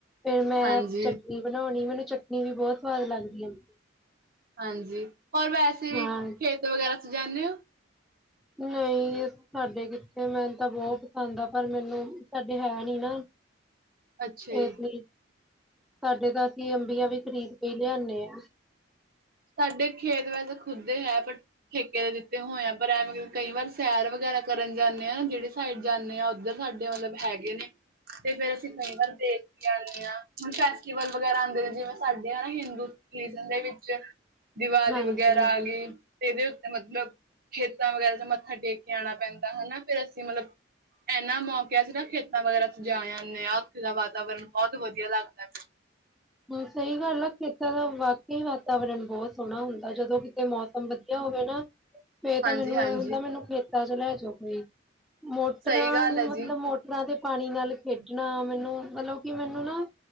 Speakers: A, in the centre; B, on the right.
A: ਫੇਰ ਮੈਂ
B: ਹਾਂਜੀ
A: ਚਟਨੀ ਬਣਾਉਣੀ, ਮੈਨੂੰ ਚਟਨੀ ਵੀ ਬਹੁਤ ਸਵਾਦ ਲੱਗਦੀ ਅੰਬੀਆਂ
B: ਹਾਂਜੀ, ਹੋਰ ਵੈਸੇ ਵੀ
A: ਹਾਂ
B: ਖੇਤ ਵਗੈਰਾ 'ਚ ਜਾਦੇ ਹੋ
A: ਨਹੀਂ ਸਾਡੇ ਕਿੱਥੇ ਮੈਨੂੰ ਤਾਂ ਬਹੁਤ ਪਸੰਦ ਆ, ਪਰ ਮੈਨੂੰ, ਸਾਡੇ ਹੈ ਨੀ ਨਾ <inaudible>
B: ਅੱਛਾ ਜੀ
A: ਇਸ ਲਈ ਸਾਡੇ ਤਾਂ ਅਸੀਂ ਅੰਬੀਆਂ ਵੀ ਖਰੀਦ ਕੇ ਹੀ ਲਿਆਂਦੇ ਹਾਂ
B: ਸਾਡੇ ਖੇਤ ਵਿੱਚ ਖੁਦੇ ਹੈ ਬਟ ਠੇਕੇ ਦੇ ਦਿੱਤੇ ਹੋਏ ਆ, ਪਰ ਐਵ ਕਈ ਵਾਰ ਸੈਰ ਵਗੈਰਾ ਕਰਨ ਜਾਂਦੇ ਆ ਨਾ ਜਿਹੜੇ ਸਾਈਡ ਜਾਂਦੇ, ਉੱਧਰ ਸਾਡੇ ਮਤਲਬ ਹੈਗੇ ਨੇ 'ਤੇ ਫਿਰ ਅਸੀਂ ਕਈ ਵਾਰ ਦੇਖ ਕੇ ਆਂਦੇ ਹਾਂ, ਹੁਣ ਫੈਸਟੀਵਲ ਵਗ਼ੈਰਾ ਆਉਂਦੇ ਨੇ ਜਿਵੇਂ ਸਾਡੇ ਹਨ ਨਾ ਹਿੰਦੂ ਰਿਲੀਜ਼ਨ ਦੇ ਵਿੱਚ, ਦੀਵਾਲੀ
A: ਹਾਂਜੀ
B: ਵਗੈਰਾ ਆ ਗਈ ਇਹਦੇ ਉੱਤੇ ਮਤਲਬ, ਖੇਤਾਂ ਵਗੈਰਾ ਜਾਂ ਮੱਥਾ ਟੇਕ ਕੇ ਆਉਣਾ ਪੈਂਦਾ ਹਨਾ, ਫਿਰ ਅਸੀਂ ਮਤਲਬ ਐਨਾ ਮੌਕਿਆਂ 'ਚ ਨਾ ਖੇਤਾਂ ਵਗੈਰਾ ਜਾ ਆਂਦੇ ਹਾਂ ਉੱਥੇ ਦਾ ਵਾਤਾਵਰਨ ਬਹੁਤ ਵਧੀਆ ਲੱਗਦਾ ਮੈਨੂੰ
A: ਹਮ, ਸਹੀ ਗੱਲ ਹੈ, ਖੇਤਾਂ ਦਾ ਵਾਕਈ ਵਾਤਾਵਰਨ ਬਹੁਤ ਸੋਹਣਾ ਹੁੰਦਾ ਜਦੋਂ ਕਿਤੇ ਮੌਸਮ ਵਧੀਆ ਹੋਵੇ ਨਾ <inaudible> ਫੇ' ਤਾਂ
B: ਹਾਂਜੀ
A: ਮੈਨੂੰ
B: ਹਾਂਜੀ
A: ਐਂ ਹੁੰਦਾ, ਮੈਨੂੰ ਖੇਤਾਂ 'ਚ ਲੈਜੋ ਕੋਈ। ਮੋਟਰਾਂ
B: ਸਹੀ ਗੱਲ
A: ਮਤਲਬ
B: ਹੈ ਜੀ
A: ਮੋ ਟਰਾਂ ਦੇ ਪਾਣੀ ਨਾਲ ਖੇਡਣਾ, ਮੈਨੂੰ ਮਤਲਬ ਕਿ ਮੈਨੂੰ ਨਾ,